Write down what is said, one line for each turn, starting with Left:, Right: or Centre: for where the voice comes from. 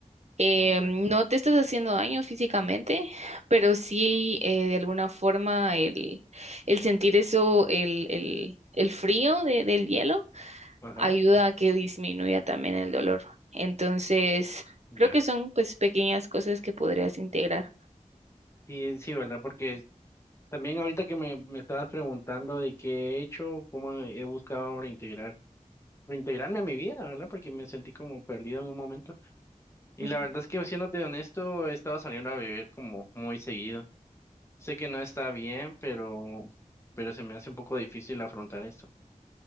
Right: Em,
Left: mm, ya.
Right: no te estás haciendo daño físicamente, pero sí eh, de alguna forma el, el sentir eso, el, el, el frío de- del hielo
Left: Ajá,
Right: ayuda a que disminuya también el dolor. Entonces,
Left: ya.
Right: creo que son pues pequeñas cosas que podrías integrar.
Left: Sí, sí, ¿verdad? Porque también ahorita que me, me estabas preguntando de qué he hecho, cómo he buscado reintegrar, reintegrarme a mi vida, ¿verdad? Porque me sentí como perdido en un momento. Y
Right: Ujú.
Left: la verdad es que, siéndote honesto, he estado saliendo a beber como muy seguido. Sé que no está bien, pero, pero se me hace un poco difícil afrontar esto.